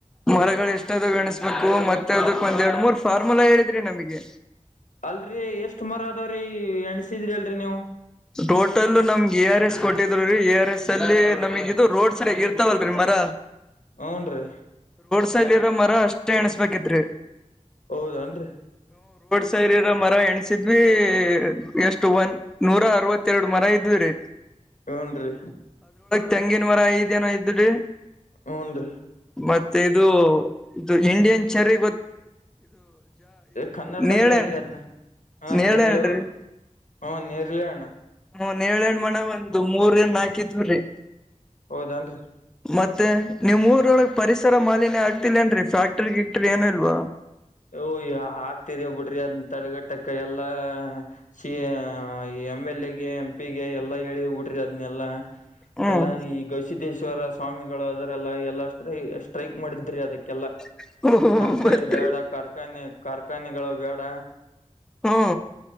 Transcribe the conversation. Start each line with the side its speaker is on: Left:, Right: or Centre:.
Centre: ಮರಗಳು ಎಷ್ಟಾದ ಎಣಸ್ಬೇಕು ಮತ್ತೆ ಅವದಕ್ ಒಂದ ಎರಡು ಮೂರ್ ಫಾರ್ಮುಲಾ ಹೇಳಿದ್ರಿ ನಮಗೆ
Left: ಅಲ್ರರಿ ಎಷ್ಟ್ ಮರ ಅದಾವ್ರೀ ಎಣಸಿದ್ರಿ ಅಲ್ರರಿ ನೀವು
Centre: ಟೋಟಲ್ ನಮ್ಗೆ ಎ ಆರ್ ಎಸ್ ಕೊಟ್ಟಿದ್ರು ರೀ ಎ ಆರ್ ಎಸ್ ಅಲ್ಲಿ ನಮಗ ಇದು ರೋಡ್ ಸೈಡ್ಗ ಇರ್ತಾವಲ್ರರಿ ಮರ
Left: ಹುನ್ರಿ
Centre: ಸೈಡಲ್ಲಿ ಇರೋ ಮರ ಅಷ್ಟೇ ಎಣಸ್ಬೇಕತ್ರಿ
Left: ಹೌದನ್ರಿ
Centre: ಸೈಡ್ ಇರೋ ಮರ ಎಣಸಿದ್ವಿ ಎಷ್ಟು ನೂರ ಅರವತ್ತೆರಡು ಮರ ಇದ್ವಿರಿ
Left: ಹುನ್ರಿ
Centre: ತೆಂಗಿನಮರ ಐದೇನೋ ಇದ್ರಿ
Left: ಹುನ್ರಿ
Centre: ಮತ್ತೆ ಇದು ಇದು ಇಂಡಿಯನ್ ಚೆರ್ರಿ
Left: ಕನ್ನಡದಾಗ
Centre: ನೇರಳೆಹಣ್
Left: ಹೇಳ್ರಿ ಅದ್ನ್ <inaudible> ಹಾ
Centre: ನೇರಳೆಹಣ್ಣ್ರಿ
Left: ನೇರಳೆ ಹೂ ಹಾ ನೇರ್ಳೇ ಹಣ್ಣು
Centre: ಹ್ಮ್ ನೇರಳೆ ಹಣ್ಣು ಮರ ಒಂದು ಮೂರರಿಂದ ನಾಕಿದ್ವಿ
Left: ಹೌದನ್ರಿ
Centre: ಮತ್ತೆ ನಿಮ್ಮೂರೊಳಗೆ ಪರಿಸರ ಮಾಲಿನ್ಯ ಆಗ್ತಿಲ್ಲೇ ಏನ್ರರಿ ಫ್ಯಾಕ್ಟರಿ ಗೀಟ್ರೀ ಏನ ಇಲ್ವಾ
Left: ಓ ಆಗ್ತರಿ ಬಿಡ್ರಿ ಅದ್ ತಡೆಗಟ್ಟಕ ಎಲ್ಲಾ ಸಿ ಎಮ್ ಎಲ್ ಎಗೆ ಎಂ ಪಿಗೆ ಎಲ್ಲಾ ಹೇಳಿವ ಬಿಡ್ರಿ ಅದನೆಲ್ಲಾ
Centre: ಹ್ಮ್
Left: ಎಲ್ಲ ಈ ಗವಿಸಿದ್ದೇಶ್ವರ ಸ್ವಾಮಿಗಳು ಅದ್ರೆಲ್ಲ ಎಲ್ಲ ಸ್ಟ್ರೈಕ್ ಮಾಡಿದ್ರಿ ಅದಕ್ಕೆಲ್ಲಾ
Centre: <unintelligible>
Left: ನಮ್ ಸೈಡ್ ಬೇಡ ಕಾರ್ಖಾನೆ ಕಾರ್ಖಾನೆಗಳು ಬೇಡ
Centre: ಹೂ